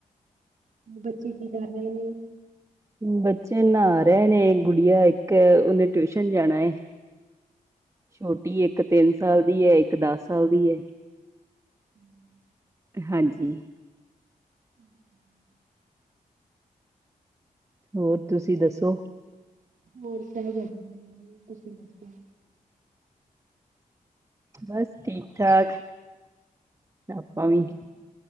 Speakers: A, on the right (about 60°); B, on the right (about 20°).
A: ਬੱਚੇ ਕੀ ਕਰ ਰਹੇ ਨੇ
B: ਬੱਚੇ ਨਹਾ ਰਹੇ ਨੇ, ਗੁੜੀਆ ਇੱਕ ਉਹਨੇ ਟਿਊਸ਼ਨ ਜਾਣਾ। ਛੋਟੀ ਇੱਕ ਤਿੰਨ ਸਾਲ ਦੀ ਹੈ, ਇੱਕ ਦਸ ਸਾਲ ਦੀ ਹੈ।
A: ਹਮ <inaudible>
B: ਹਾਂਜੀ।
A: ਹਮ -ਹਮ <inaudible>
B: ਹੋਰ ਤੁਸੀਂ ਦੱਸੋ।
A: ਹੋਰ ਸਭ ਵਧੀਆ ਹੈ। ਤੁਸੀਂ ਦੱਸੋ।
B: ਬਸ, ਠੀਕ-ਠਾਕ। ਆਪਾਂ
A: ਹੂੰ,
B: ਵੀ,